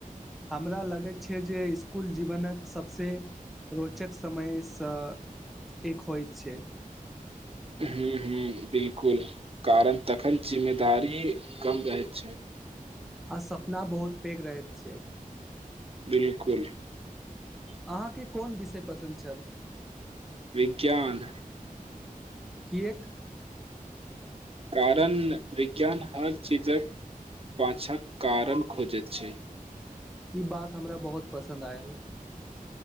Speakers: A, in the centre; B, on the right.
A: हमरा लगैत छैय जे इसकुल जीवनक सभसँ रोचक समयसँ एक होइत छैय
B: ह्म ह बिलकुल कारण तखन जिम्मेदारी कम रहैत छैय।
A: आ सपना बहुत पैघ रहैत छैय।
B: बिलकुल
A: अहाँके कोन विषय पसन्द छल
B: विज्ञान
A: कियेक
B: कारण विज्ञान हर चीजक पाछाँ कारण खोजैत छैय
A: ई बात हमरा बहुत पसन्द आयल।